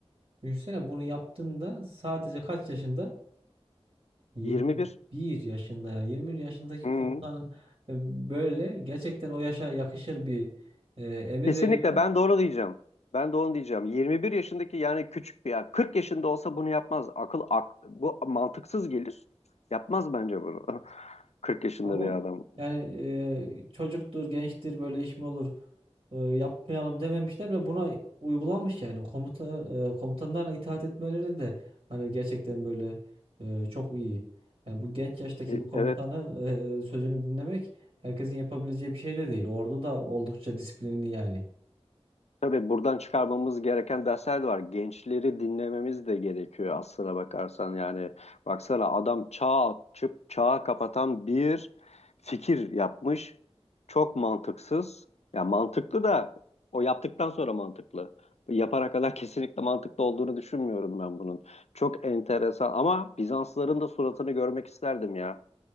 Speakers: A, on the right; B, on the left.
A: Düşünsene bunu yaptığında sadece kaç yaşında? 21
B: 21
A: yaşında ya. 21 yaşındaki
B: Hı.
A: komutanın e, böyle gerçekten o yaşa yakışır bir e, emir
B: Kesinlikle
A: veriyor.
B: ben doğru diyeceğim. Ben de onu diyeceğim. 21 yaşındaki yani küçük bir yani 40 yaşında olsa bunu yapmaz. Akıl ak, bu mantıksız gelir. Yapmaz bence bunu. <laughs> 40 yaşında
A: Ama
B: bir adam.
A: yani e, çocuktur, gençtir böyle iş mi olur e, yapmayalım dememişler ve buna uygulanmış yani komuta e, komutanlarla itaat etmeleri de hani gerçekten böyle e, çok iyi. Yani bu genç yaştaki
B: E,
A: bir komutanı
B: Evet
A: e, sözünü dinlemek herkesin yapabileceği bir şey de değil. Ordu da oldukça disiplinli yani.
B: Tabii buradan çıkarmamız gereken dersler de var. Gençleri dinlememiz de gerekiyor aslına bakarsan. Yani baksana adam çağ açıp çağı kapatan bir fikir yapmış. Çok mantıksız. Ya mantıklı da o yaptıktan sonra mantıklı. Yapana kadar kesinlikle mantıklı olduğunu düşünmüyorum ben bunun. Çok enteresan ama Bizansların da suratını görmek isterdim ya.